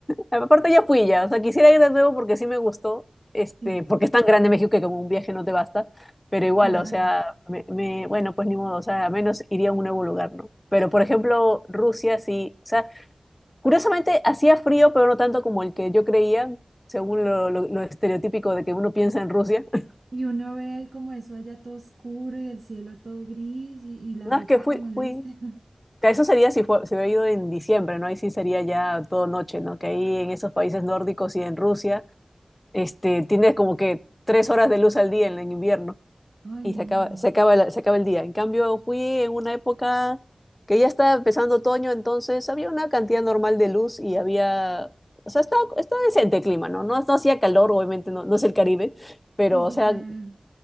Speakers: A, on the left; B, on the right.
A: Aparte ya fui ya, o sea, quisiera ir de nuevo porque sí me gustó, este,
B: sí,
A: porque es tan grande México que con un viaje no te basta, pero igual,
B: claro.
A: o sea, me, me- bueno, pues ni modo, o sea, al menos iría a un nuevo lugar, ¿no? Pero por ejemplo, Rusia sí, o sea, curiosamente hacía frío, pero no tanto como el que yo creía, según lo, lo- lo estereotípico de que uno piensa en Rusia. <laughs>
B: Y uno ve como eso allá todo oscuro y el cielo todo gris y, y la
A: No,
B: ropa
A: es que fui,
B: como se viste.
A: fui,
B: <laughs>
A: que eso sería si fue, se hubiera ido en diciembre, ¿no? Ahí sí sería ya todo noche, ¿no? Que ahí en esos países nórdicos y en Rusia, este, tienes como que tres horas de luz al día en el invierno.
B: Ay,
A: y
B: no.
A: se acaba, se acaba, la- se acaba el día. En cambio, fui en una época que ya estaba empezando otoño, entonces había una cantidad normal de luz y había, o sea, estaba, estaba decente el clima, ¿no? No, no hacía calor, obviamente, no, no es el Caribe, pero,
B: Sí,
A: o
B: sí,
A: sea,
B: claro.